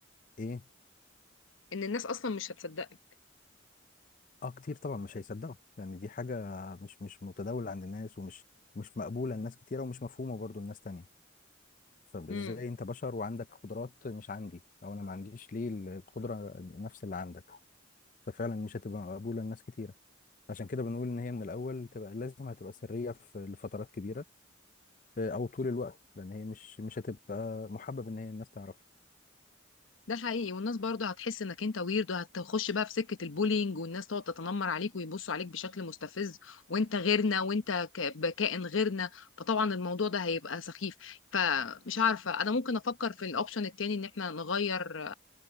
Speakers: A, on the left; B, on the left.
A: ايه
B: ان الناس اصلا مش هتصدقك
A: اه كتير طبعا مش هيصدقوا يعني دي حاجة مش مش متداولة عند الناس ومش مش مقبولة لناس كتيرة ومش مفهومة برضو لناس تانية فازاي
B: امم
A: انت بشر وعندك قدرات مش عندي او انا ما عنديش ليه القدرة نفس اللي عندك ففعلا مش هتبقى مقبولة لناس كتيرة عشان كده بنقول ان هي من الاول تبقى لازم هتبقى سرية في لفترات كبيرة آه، او طول الوقت لان هي مش مش هتبقى محبب ان هي الناس تعرفها
B: ده حقيقي والناس برضه هتحس انك انت ويرد وهتخش بقى في سكة البولينج والناس تقعد تتنمر عليك ويبصوا عليك بشكل مستفز وانت غيرنا وانت ك- بكائن غيرنا فطبعا الموضوع ده هيبقى سخيف فمش عارفة انا ممكن افكر في الاوبشن التاني ان احنا نغير